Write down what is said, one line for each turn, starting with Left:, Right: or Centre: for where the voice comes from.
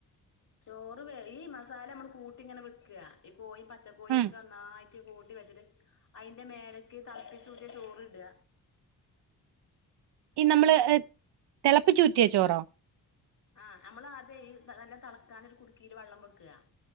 Left: ചോറ് വേ ഈ മസാലമ്മള് കൂട്ടിങ്ങനെ വെക്ക ഈ കോഴി പച്ചക്കോയൊക്കെന്നായി
Right: ഉം
Left: റ്റ് കൂട്ടി വെച്ച്ട്ട് അയ്ന്റെ മേലക്ക് തൾപ്പിച്ചൂറ്റിയ ചോറ്ട
Right: ഈ നമ്മള് തെളപ്പിച്ചൂറ്റിയ ചോറോ
Left: ആഹ് ഞമ്മളാദ്യം ഈ നല്ല തളക്കാനൊരു കുട്ക്കേല് വള്ളം വെക്ക